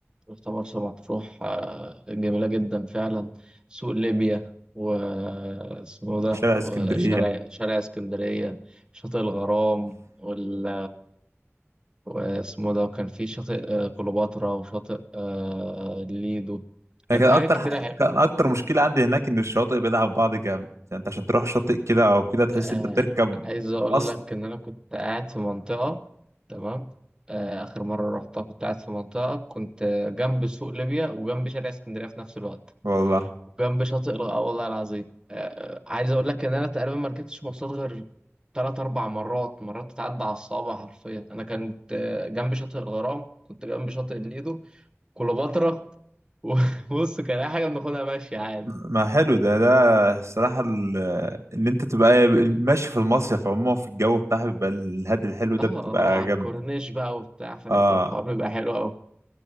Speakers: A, on the right (about 15°); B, on the right (about 80°).
A: رحت مرسى مطروح آه، جميلة جدا فعلا سوق ليبيا و اسمه ده
B: وشارع اسكندريه
A: وشارع شارع اسكندرية شاطئ الغرام وال واسمه ده وكان في شاطئ آه، كليوباترا وشاطئ آه، ليدو كان
B: لكن
A: في
B: اكتر
A: حاجات كتير
B: ح-
A: ع-
B: كان اكتر مشكله عندي هناك ان الشواطئ بعيده عن بعض جامد يعني انت عشان تروح شاطئ كده او كده تحس
A: آه،
B: انت بتركب
A: عايز اقول
B: اصلا
A: لك ان انا كنت قاعد في منطقة تمام آه، اخر مرة رحتها كنت قاعد في منطقة كنت آه، جنب سوق ليبيا وجنب شارع اسكندرية في نفس الوقت
B: والله
A: وجنب شاطئ الغ- اه والله العظيم آه، آه، عايز اقول لك ان انا تقريبا ما ركبتش مواصلات غير تلات أربع مرات مرات تتعدى على الصوابع حرفيا أنا كنت آه، جنب شاطئ الغرام كنت جنب شاطئ الليدو كليوباترا <laughs> بص كان اي حاجه بناخدها ماشي عادي
B: ما حلو ده ده الصراحة ال- ان انت تبقى ماشي في المصيف عموما في الجو بتاعها بيبقى الهاد الحلو ده
A: اه
B: بتبقى
A: اه على
B: جامد
A: الكورنيش بقى وبتاع فاهم
B: اه
A: الحوار بيبقى حلو قوي